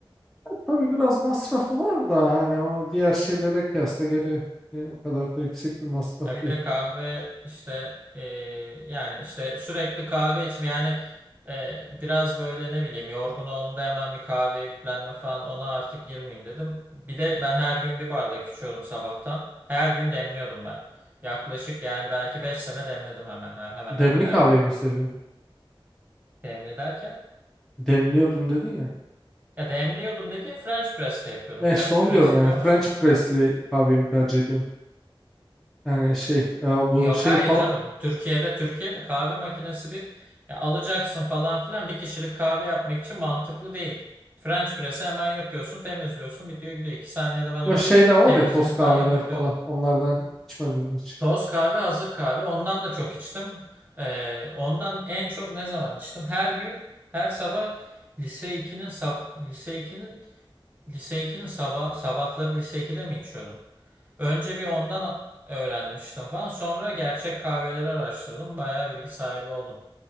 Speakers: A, in the centre; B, on the right.
A: tabii biraz masrafı var da hani o diğer şeylere kıyasla gene e, o kadar da yüksek bir masraf
B: Ya bir
A: değil.
B: de kahve işte e, yani işte sürekli kahve içim yani e, biraz böyle ne bileyim yorgun olduğumda hemen bir kahve yüklenme falan ona artık girmeyeyim dedim. Bir de ben her gün bir bardak içiyordum sabahtan. Her gün demliyordum ben. Yaklaşık yani belki 5 sene demledim hemen he- hemen
A: Demli
B: hemen her
A: kahveyi
B: gün.
A: mi seviyorsun?
B: Demli derken
A: Demliyordun dedin ya.
B: ya demliyordum dediğim French press'te yapıyordum.
A: E
B: French
A: işte onu
B: press
A: diyorum yani
B: biliyor
A: French
B: musun?
A: press'li
B: Ha.
A: kahveyi mi tercih ediyorsun? Yani şey ya bu
B: Yok
A: şey
B: hayır
A: falan
B: canım. Türkiye'de Türkiye'de kahve makinesi bir ya alacaksın falan filan bir kişilik kahve yapmak için mantıklı değil. French press'i hemen yapıyorsun, temizliyorsun, bitiyor gidiyor. İki saniyede ben onun
A: ya şey de var
B: temizliğini
A: ya toz kahveler
B: falan yapabiliyordum.
A: falan onlardan içmedin mi hiç?
B: Toz kahve, hazır kahve. Ondan da çok içtim. Ee, ondan en çok ne zaman içtim? Her gün, her sabah lise iki'nin sab lise iki'nin lise iki'nin sabah sabahları lise iki'de mi içiyordum? Önce bir ondan a- öğrenmiştim falan. Sonra gerçek kahveleri araştırdım. Bayağı bilgi sahibi oldum.